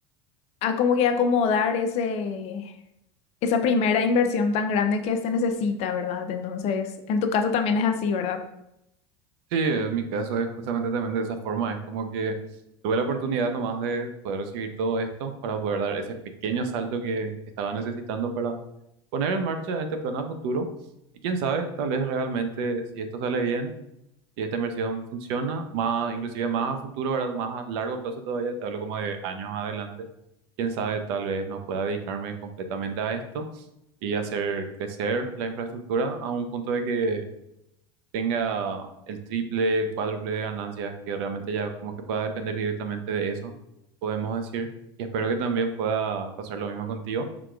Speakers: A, on the left; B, on the right.
A: a como que acomodar ese, esa primera inversión tan grande que se necesita, ¿verdad? Entonces, en tu caso también es así, ¿verdad?
B: Sí, en mi caso es justamente también de esa forma, es como que tuve la oportunidad nomás de poder recibir todo esto para poder dar ese pequeño salto que estaba necesitando para poner en marcha este plan a futuro. Y quién sabe, tal vez realmente, si esto sale bien, y esta inversión funciona, más, inclusive más a futuro, ¿verdad? Más a largo plazo todavía, te hablo como de años adelante. Quién sabe, tal vez no pueda dedicarme completamente a esto y hacer crecer la infraestructura a un punto de que tenga el triple, el cuádruple de ganancias, que realmente ya como que pueda depender directamente de eso, podemos decir. Y espero que también pueda pasar lo mismo contigo.